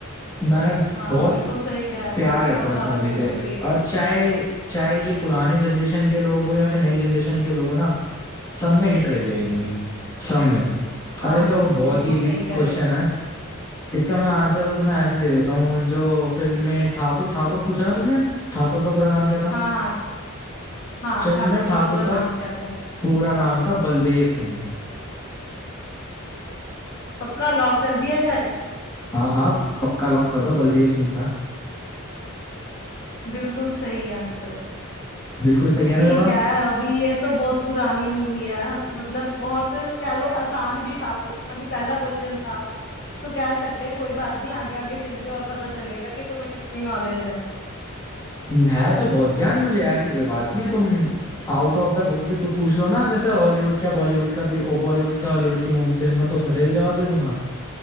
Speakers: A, on the left; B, on the left.
A: मैंने
B: हाँ
A: बहुत
B: बिल्कुल सही कह रहे
A: प्यार
B: हो
A: करता
B: बहुत
A: हूँ
B: ज्यादा
A: इस मूवी
B: फेमस
A: से
B: हुई है
A: और
B: ये
A: चाहे चाहे ये पुरानी जनरेशन के लोग हो या फिर नई जनरेशन के लोग हो ना सब में हिट रही है ये मूवी सब में
B: हाँ
A: अरे तो
B: ये
A: बहुत
B: बिल्कुल
A: इजी
B: सही कह
A: क्वेश्चन
B: रहे हो
A: है इसका मैं आंसर तो तुम्हें ऐसे दे देता हूँ जो फिल्म में ठाकुर ठाकुर पूछा ना तुमने ठाकुर का पूरा नाम क्या था
B: हाँ हाँ हाँ
A: फिल्म
B: ठाकुर
A: में ठाकुर
B: का पूरा
A: का
B: नाम क्या था
A: पूरा नाम था बलदेव सिंह
B: पक्का लॉक कर दिया जाए
A: हाँ हाँ पक्का लॉक कर दो बलदेव सिंह था
B: बिल्कुल सही आंसर
A: बिल्कुल सही है ना
B: ठीक
A: जवाब
B: है अभी ये तो बहुत पुरानी मूवी है मतलब बहुत कह लो आसान भी था क्वेश्चन अभी पहला क्वेश्चन था तो कह सकते हैं कोई बात नहीं आगे आगे चल के और पता चलेगा कि तुम्हें कितनी नॉलेज है
A: है तो बहुत ज्ञान मुझे ऐसी कोई बात नहीं है तुम आउट ऑफ द बुक भी कुछ पूछ लो ना जैसे हॉलीवुड क्या बॉलीवुड का भी ओ बॉलीवुड क्या हॉलीवुड की मूवी से भी मैं तो उसमें से भी जवाब दे दूंगा